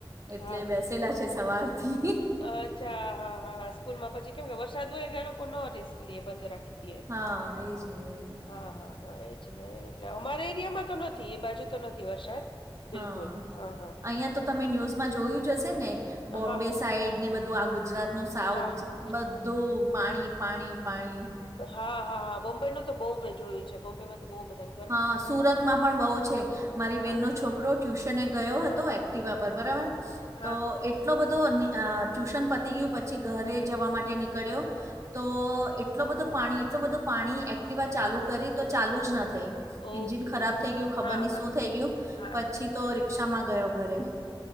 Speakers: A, on the right; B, on the left.
A: એટલે
B: હા
A: બેસેલા છે સવારથી.
B: અચ્છા હા હા સ્કૂલમાં પછી કેમ કે વરસાદ હોય એટલે આ લોકો નો રિસ્ક લઈએ, બંધ રાખ ખી લીએ.
A: હા એજ ને એજ ને
B: હા, હા, હા એ જેને એટલે અમારે એરિયામાં તો નથી એ બાજુ તો નથી વરસાદ.
A: હા,
B: બિલકુલ હા હા
A: અહીયાં તો તમે ન્યુઝમાં જોયું જ હશે ને, બોમ્બે
B: હા
A: સાઈડ ને બધું આ ગુજરાત નું સાઉથ
B: હા
A: બધ ધું પાણી-પાણી-પાણી.
B: હા, હા, હા બોમ્બેનું તો બહુ મે જોયું છે, બોમ્બે મે તો બહુ બધાન
A: હા સુરતમાં પણ બહુ છે. મારી બેનનો
B: હા
A: છોકરો ટ્યુશને ગયો હતો એક્ટિવા પર બરાબર, તો
B: હા
A: એ ટલો બધો ની અહ ટ્યુશન પતી ગયું, પછી ઘરે જવા માટે નીકળ્યો તો એટલો બધું પાણી એટલો બધું પાણી, એક્ટિવા ચાલુ કરી તો ચાલુ જ ન થઈ.
B: ઓકે
A: એન્જિન ખરાબ થઇ ગયું, ખબર
B: હા
A: નહીં
B: હા
A: શું થઇ ગયું,
B: હા
A: પછી
B: હા
A: તો રિક્ષામાં ગયો ઘરે.